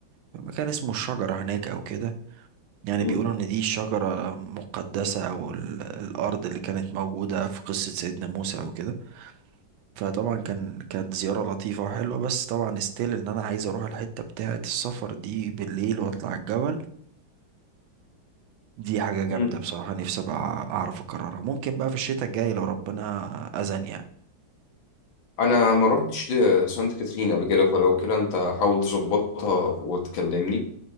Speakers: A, on the right; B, on the left.
A: مكان اسمه الشجرة هناك او كده يعني
B: مم.
A: بيقولوا ان دي شجرة مقدسة او ال- الارض اللي كانت موجودة في قصة سيدنا موسى او كده فطبعا كان كانت زيارة لطيفة وحلوة بس طبعا استيل ان انا عايز اروح الحتة بتاعة السفر دي بالليل واطلع الجبل دي حاجة جامدة
B: مم.
A: بصراحة نفسي ابقى اعرف اكررها ممكن بقى في الشتاء الجاي لو ربنا اذن يعني
B: انا ما رحتش لسانت كاترين قبل كده فلو كده انت حاول تظبطها وتكلمني